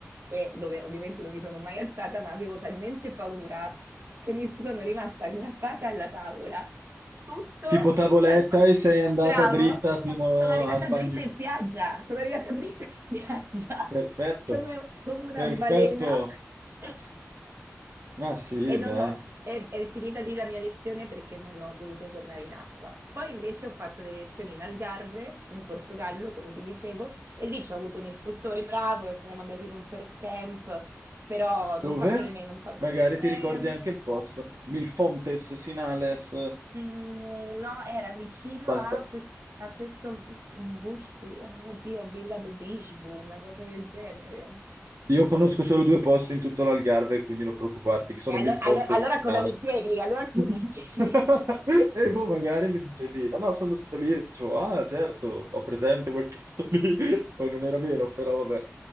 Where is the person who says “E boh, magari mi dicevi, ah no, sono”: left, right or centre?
Right